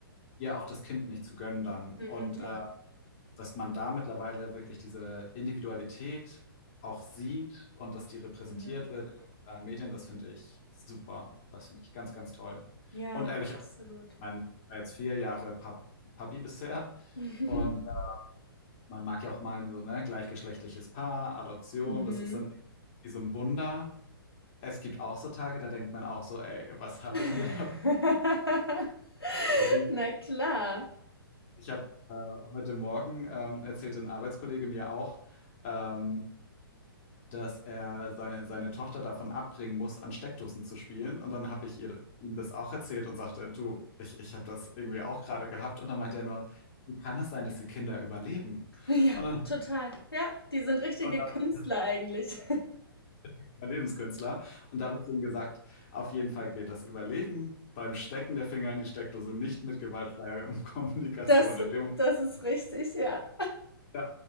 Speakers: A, on the left; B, on the left.
A: ihr auch das Kind nicht zu gönnen dann.
B: Mhm.
A: Und äh,
B: Ja.
A: dass man da mittlerweile wirklich diese Individualität auch sieht und dass die repräsentiert
B: Mhm.
A: wird in den sozialen Medien, das finde ich super. Das finde ich ganz, ganz toll.
B: Ja,
A: Und ehrlich,
B: absolut.
A: auch, ich mein, ich war jetzt vier Jahre Pap Papi bisher
B: <laughs>
A: und äh, man mag ja auch meinen, so, ne, gleichgeschlechtliches Paar, Adoption,
B: Mhm.
A: das ist dann irgendwie so ein Wunder. Es gibt auch so Tage, da denkt man auch so, ey, was habe
B: <laughs>
A: ich mir da <laughs>
B: Na klar.
A: Ich habe äh, heute Morgen ähm, erzählte ein Arbeitskollege mir auch, ähm, dass er seine, seine Tochter davon abbringen muss, an Steckdosen zu spielen. Und dann habe ich ihr, ihm das auch erzählt und sagte, du, ich, ich habe das irgendwie auch gerade gehabt. Und dann meinte er nur, wie kann das sein, dass die Kinder überleben?
B: Ja,
A: Und dann,
B: total. Ja, die sind richtige
A: und da
B: Künstler
A: bin
B: eigentlich.
A: ich Überlebenskünstler. Und da habe ich ihm gesagt, auf jeden Fall geht das Überleben beim Stecken der Finger in die Steckdose nicht mit gewaltfreier <laughs> Kommunikation.
B: Das,
A: In dem Moment,
B: das ist richtig, ja.
A: ja,